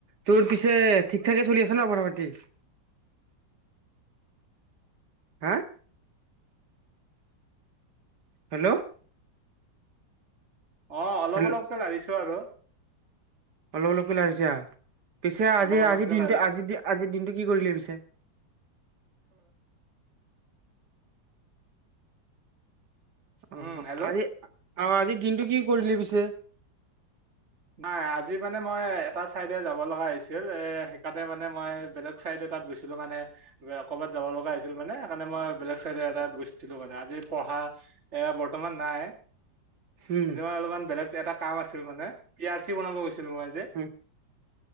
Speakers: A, on the right; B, on the right.
A: তোৰ পিছে ঠিকঠাকে চলি আছ ন' পঢ়া পাতি? হম? হেল্ল'
B: অ', অলপ
A: হেল্ল'
B: অলপকে লাৰিছো আৰু
A: অলপ অলপ কৈ লাৰিছা? পিছে, আজি
B: অলপ অলপকে
A: আজিৰ দিনটো
B: লাৰিছো
A: আজিৰ আজিৰ দিনটো কি কৰিলি পিছে?
B: উম
A: অ'
B: হেল্ল'
A: আজি আহ আজিৰ দিনটো কি কৰিলি পিছে?
B: নাই আজি মানে মই এটা চাইডে যাব লগা হৈছিল, এ' সেইকাৰণে মানে মই বেলেগ চাইডে তাত গৈছিলো, মানে ক'বাত যাব লগা হৈছিল মানে সেইকাৰণে মই বেলেগ চাইডে তাত গৈছিলো মানে, আজি পঢ়া এ বৰ্তমান নাই।
A: উম
B: আজি মই অলপমান বেলেগ এটা কাম আছিল মানে পি আৰ চি বনাব গৈছিলো চিলো, ময় আযি।
A: উম